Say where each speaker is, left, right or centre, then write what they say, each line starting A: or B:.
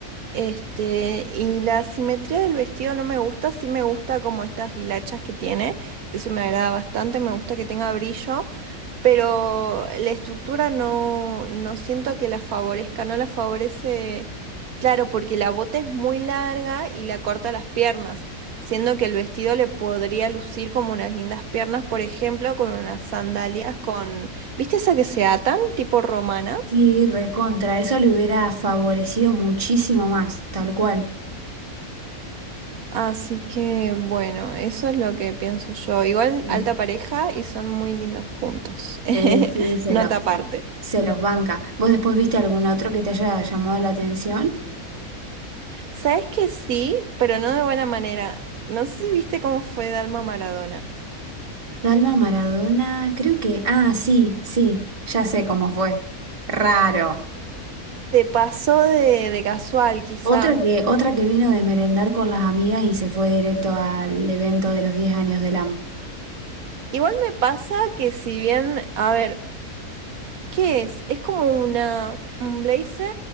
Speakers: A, on the right (about 75°); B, on the right (about 25°).
A: este, y la simetría del vestido no me gusta, sí me gusta como estas hilachas que tiene, eso me agrada bastante, me gusta que tenga brillo, pero la estructura no, no siento que la favorezca, no la favorece, claro, porque la bota es muy larga y la corta las piernas, siendo que el vestido le podría lucir como unas lindas piernas, por ejemplo, con unas sandalias con, ¿viste esa que se atan, tipo romanas?
B: Y recontra, eso le hubiera favorecido muchísimo más, tal cual.
A: Así que bueno, eso es lo que pienso yo. Igual
B: Sí,
A: alta pareja y son muy lindos juntos.
B: sí,
A: <laughs>
B: sí, se
A: Nota
B: lo,
A: aparte.
B: se, se los banca. ¿Vos después viste algún otro que te haya llamado la atención?
A: Sabes que sí, pero no de buena manera. No sé si viste cómo fue Dalma Maradona.
B: Dalma Maradona, creo que, ah, sí, sí, ya sé cómo fue. Raro.
A: Se pasó de, de casual, quizá.
B: Otra que, otra que vino de merendar con las amigas y se fue directo al evento de los 10 años del AM.
A: Igual me pasa que si bien, a ver, ¿qué es? Es como una, un blazer,